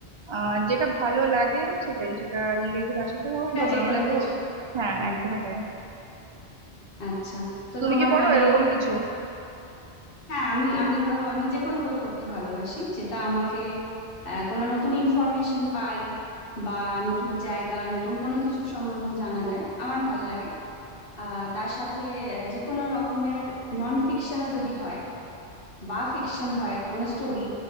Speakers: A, on the right (about 45°); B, on the left (about 60°).
A: আহ, যেটা ভালো লাগে সেটাই সেটা ইংরেজি ভাষাতে হোক
B: এটা
A: বা
B: যে
A: বাংলাতে
B: কোনো কিছুই
A: হোক হ্যাঁ
B: হুম
A: একদমই তাই
B: আচ্ছা তো
A: তুমি
B: তোমার
A: কি পড়ো
B: মানে
A: এরকম
B: এরকম
A: কিছু
B: হ্যাঁ আমি আমি ধরো আমি যে কোনো বই পড়তে ভালোবাসি যেটা আমাকে আহ, কোনো নতুন ইনফরমেশন পাই বা নতুন জায়গা নতুন কোনো কিছু সম্বন্ধে জানা যায় আমার ভাল লাগে আহ তার সাথে আহ, যে কোনো রকমের নন ফিকশনও যদি হয় বা ফিকশন হয় কোনো স্টোরি